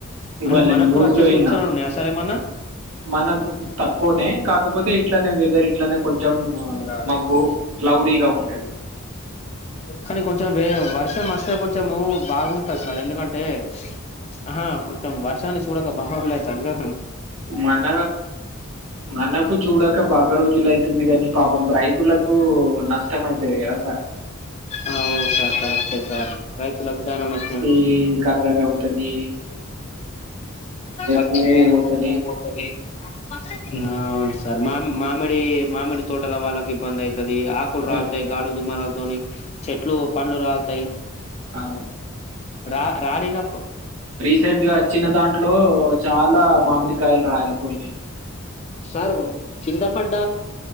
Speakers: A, on the right; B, on the left.
A: ఇవాళ
B: అంటే మనకు
A: న్యూస్
B: కూడా వచ్చే
A: లో
B: సూచనలు
A: ఇన్న
B: ఉన్నాయా సార్ ఏమన్నా
A: మనకు తక్కువనే కాకపోతే ఇట్లనే వెదర్ ఇట్లనే కొంచెం ఆ
B: కానీ
A: మబ్బు క్లౌడీగా ఉంటది
B: కొం కొంచం వేర్ వర్షం వస్తే కొంచము బాగుంట సార్ ఎందుకంటే ఆహా కొంచెం వర్షాన్ని చూడక బహారులుయితందిగా
A: మన మనకు చూడక బాగా రోజులు అయితుంది కానీ పాపం రైతులకు నష్టం అయితది కదా సార్
B: ఆ అవును సార్ కరెక్టే సార్ రైతులకి చానా నష్టం
A: ఈ కర్రేగా అవుతది
B: వచ్చే
A: పువ్వు పోతది
B: పువ్వు పోతది ఉమ్ ఆ అవును స సార్ మామి మామిడి మామిడి తోటల వాళ్ళకి ఇబంది అయిత్ తది ఆకులు రాలుతాయి
A: ఆ
B: గాడు దుమ్మారాలతోని చెట్లు పండ్లు రాలతాయి
A: ఆ
B: రా రాలినప్పు
A: రీసెంట్గా వచిన్న దాంట్లో చాలా మామిడికాయలు రాలిపోయినాయి
B: సార్ కింద పడ్డ